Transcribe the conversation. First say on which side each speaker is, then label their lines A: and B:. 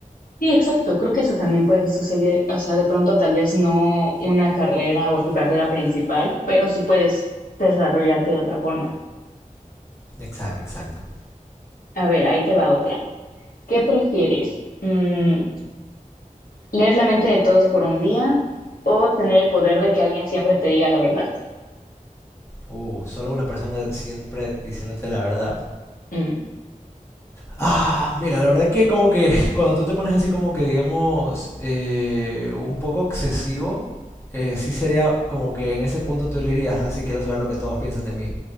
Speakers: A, on the left; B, on the left.
A: Sí, exacto. Creo que eso también puede suceder. O sea, de pronto tal vez no una carrera o tu carrera principal, pero sí puedes desarrollarte de otra forma.
B: Exacto, exacto.
A: A ver, ahí te va otra. ¿Qué prefieres? Mm, ¿Leer la mente de todos por un día o tener el poder de que alguien siempre te diga la verdad?
B: Uh, solo una persona siempre diciéndote la verdad.
A: Mm.
B: Ah, mira, la verdad que como que <laughs> cuando tú te pones así como que digamos eh, un poco excesivo, eh, sí sería como que en ese punto tú le dirías, así quiero saber lo que todos piensan de mí.